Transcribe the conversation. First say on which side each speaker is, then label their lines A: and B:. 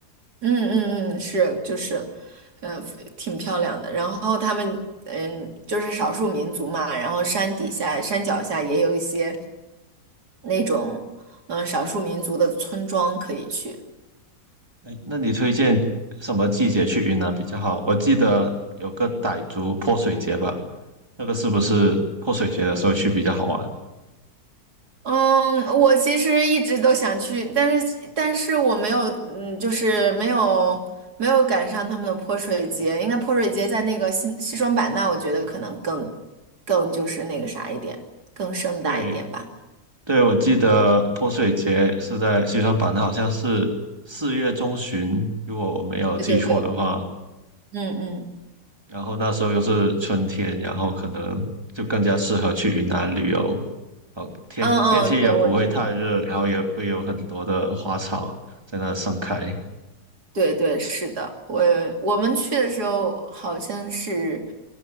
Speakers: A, on the right; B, on the right.
A: 嗯嗯嗯，是就是，嗯、挺漂亮的。然后他们嗯，就是少数民族嘛，然后山底下、山脚下也有一些那种嗯、少数民族的村庄可以去。
B: 哎，那你推荐什么季节去云南比较好？我记得有个傣族泼水节吧，那个是不是泼水节的时候去比较好玩？
A: 嗯，我其实一直都想去，但是但是我没有，嗯，就是没有没有赶上他们的泼水节。应该泼水节在那个西西双版纳，我觉得可能更更就是那个啥一点，更盛大一点吧。
B: 对对，我记得泼水节是在西双版纳，好像是四月中旬，如果我没有记错的话。
A: 对对对，嗯嗯。
B: 然后那时候又是春天，然后可能就更加适合去云南旅游。哦，天天气也不会太热，
A: 嗯嗯，对，我觉得
B: 然后也会有很多的花草在那盛开。
A: 对对是的，我我们去的时候好像是，